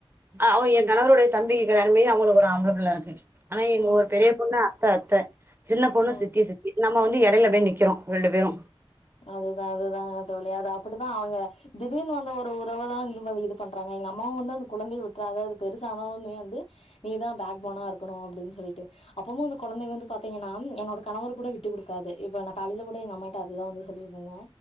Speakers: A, on the right; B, on the left.
A: அவ அ எ கணவருடைய தம்பிக்கி கல்யாணமாகி அவுங்களுக்கு ஒரு ஆம்பள புள்ள இருக்கு ஆனா எங்க
B: ம்
A: ஒரு
B: ம்
A: பெரிய பொண்ணு அத்த அத்த சின்ன பொண்ணு
B: ம்
A: சித்தி சித் நம்ம வந்து எடையில போய் நிக்கிறோ ரெண்டு பேரு
B: அதுதா அதுதாங்க தோழி அது அப்டித்தா அவுங்க திடீர்னு வந்த ஒரு உறவ தா இன் ப இது பண்றாங்க எங்கம்மாவு வந்து அந்த கொழந்தைய விட்றாத அது பெருசானாலுமே வந்து நீதா பேக் போனா இருக்கணு அபடின் சொல்லிட்டு அப்பும் அந்த கொழந்தைங்க வந்து பாத்தீங்கன்னா என்னோட கணவர் கூட விட்டு குடுக்காது இப்ப நா காலில கூட எங்க அம்மாட்ட அதுதா வந்து தோழி சொன்னே